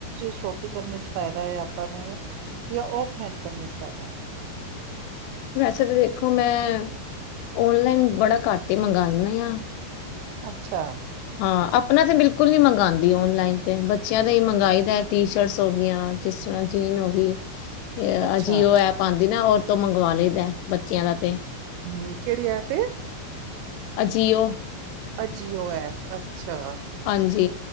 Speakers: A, on the right; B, on the left.
A: ਸ਼ੋਪਿੰਗ ਕਰਨ ਚ ਫਾਇਦਾ ਹੈ ਆਪਾਂ ਨੂੰ ਜਾਂ ਔਫਲਾਈਨ ਕਰਨ ਚ ਫਾਇਦਾ
B: ਵੈਸੇ ਤਾਂ ਦੇਖੋ ਮੈਂ ਓਨਲਾਈਨ ਬੜਾ ਘੱਟ ਹੀ ਮੰਗਵਾਉਂਦਾ ਆ
A: ਅੱਛਾ
B: ਹਾਂ ਆਪਣਾ ਤੇ ਬਿਲਕੁਲ ਨੀ ਮੰਗਾਦੀ ਓਨਲਾਈਨ ਤੇ ਬੱਚਿਆਂ ਦਾ ਹੀ ਮੰਗਵਾਈ ਦਾ ਟੀ ਸ਼ਰਟਸ ਹੋ ਗਈਆਂ ਜਿਸ ਤਰ੍ਹਾਂ ਜੀਨ ਹੋ ਗਈ
A: ਅੱਛਾ
B: ਅ ਜੀਓ ਐਪ ਆਉਂਦੀ ਨਾ ਔਰਤ ਮੰਗਵਾ ਲੈਂਦਾ ਬੱਚਿਆਂ ਦਾ ਤੇ
A: ਹਮ ਕਿਹੜੀ ਆਪੇ
B: ਅਜੀਿਓ
A: ਅਜੀਓ ਐਪ ਅੱਛਾ
B: ਹਾਂਜੀ